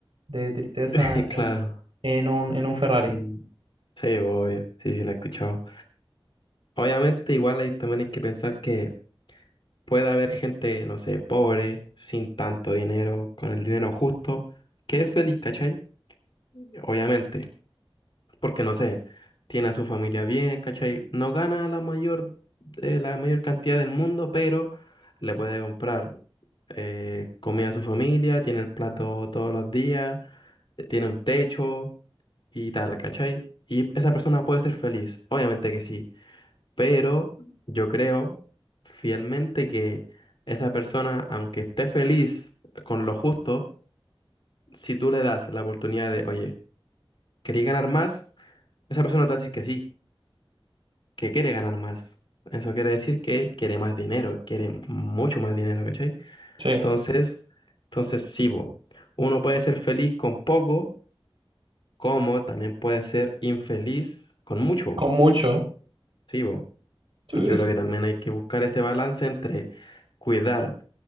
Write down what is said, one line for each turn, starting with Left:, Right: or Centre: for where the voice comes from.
Right: de tristeza
Left: <laughs>
Right: en,
Left: claro.
Right: en un, en un Ferrari.
Left: Mm, Sí, obvio, sí, sí, la he escuchado. Obviamente, igual ahí también hay que pensar que puede haber gente, no sé, pobre, sin tanto dinero, con el dinero justo, que es feliz, ¿cachai? Obviamente. porque no sé, tiene a su familia bien, ¿cachai? No gana la mayor, eh, la mayor cantidad del mundo, pero le puede comprar eh, comida a su familia, tiene el plato todos los días, eh, tiene un techo y tal, ¿cachai? Y esa persona puede ser feliz, obviamente que sí, pero yo creo fielmente que esa persona, aunque esté feliz con lo justo, si tú le das la oportunidad de, oye, ¿querí ganar más? Esa persona te va a decir que sí. que quiere ganar más. Eso quiere decir que quiere más dinero, quiere mucho más dinero, ¿cachai?
Right: Sí,
Left: Entonces, entonces sí, bo, uno puede ser feliz con poco, como también puede ser infeliz con mucho,
Right: con mucho.
Left: sí, bo.
Right: Sí,
Left: Yo
Right: es-
Left: creo que también hay que buscar ese balance entre cuidar